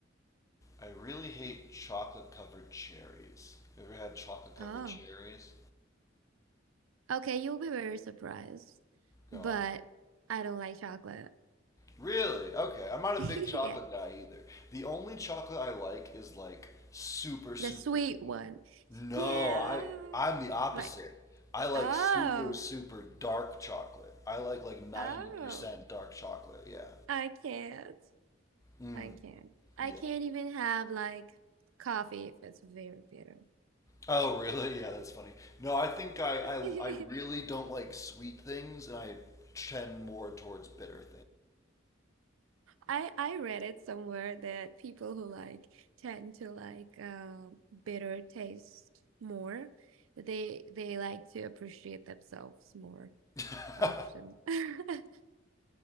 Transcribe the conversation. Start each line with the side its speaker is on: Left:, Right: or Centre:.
Left: I really hate chocolate covered cherries. You ever had chocolate covered
Right: <laughs> Oh.
Left: cherries?
Right: Okay, you'll be very surprised,
Left: Go
Right: but
Left: on.
Right: I don't like chocolate.
Left: Really? Okay. I'm not
Right: <laughs>
Left: a big chocolate
Right: Yeah,
Left: guy either. The only chocolate I like is like super, super.
Right: the sweet one.
Left: No,
Right: Yeah,
Left: I I'm the opposite.
Right: like
Left: I like
Right: oh,
Left: super, super dark chocolate. I like like 90%
Right: oh,
Left: dark chocolate. Yeah.
Right: I can't,
Left: Mm,
Right: I can't, I
Left: yeah.
Right: can't even have like coffee if it's very bitter.
Left: Oh, really? Yeah, that's funny. No, I think I,
Right: <laughs>
Left: I, I really don't like sweet things, and I tend more towards bitter
Right: I I read it somewhere that people who like tend to like um bitter taste more, they they like to appreciate themselves more
Left: things.
Right: often.
Left: <laughs>
Right: <laughs>